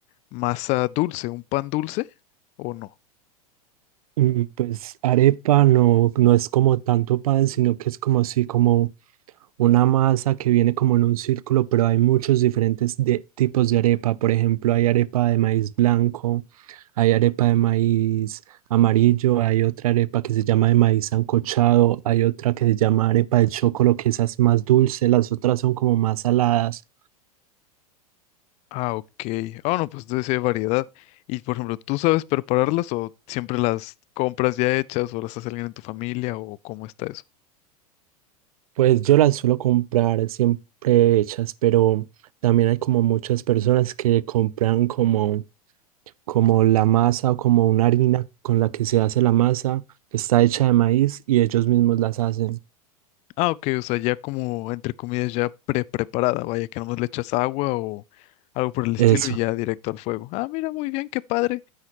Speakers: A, on the left; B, on the right.
A: masa dulce, un pan dulce, ¿o no?
B: Mm, Pues arepa no, no es como tanto pan, sino que es como si como una masa que viene como en un círculo, pero hay muchos diferentes de- tipos de arepa. Por ejemplo, hay arepa de maíz blanco, hay arepa de maíz amarillo, hay otra arepa que se llama de maíz sancochado, hay otra que se llama arepa de chocolo, que esa es más dulce, las otras son como más saladas.
A: Ah, ok. Ah, no, pues entonces sí hay variedad. Y por ejemplo, ¿tú sabes prepararlas o siempre las compras ya hechas o las hace alguien en tu familia o cómo está eso?
B: Pues yo las suelo comprar siempre hechas, pero también hay como muchas personas que compran como como la masa o como una harina con la que se hace la masa, que está hecha de maíz y ellos mismos las hacen.
A: Ah, ok, o sea, ya como entre comillas ya pre-preparada, vaya, que nomás le echas agua o algo por el estilo
B: Eso,
A: y ya directo al fuego. Ah, mira, muy bien, qué padre.